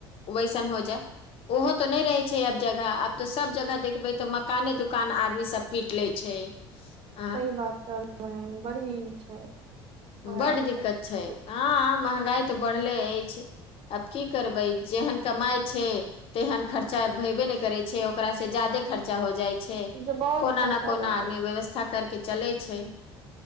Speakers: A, on the left (about 45°); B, on the right (about 45°).
A: वैसन हो जाइ ओहो तो नहि रहे छै आब जगह आब तऽ सब जगह देखबै तऽ मकाने दुकान आदमी सब पीट लै छै आँ
B: सही बात कहलूँ हें बड़ी ई छै महंगा
A: बड्ड दिक्कत छै अं
B: कुछ
A: हँ महँंगाई तऽ बढ़ले अछि आब की करबै जेहन कमाई छै तेहन खर्चा भेबे नहि करै छै ओकरा से ज्यादे खर्चा हो जाइ छै छै
B: जे बहुत
A: कोना
B: खर्चा
A: न कोना
B: भए जाइ
A: आदमी व्यवस्था कर के चलै छै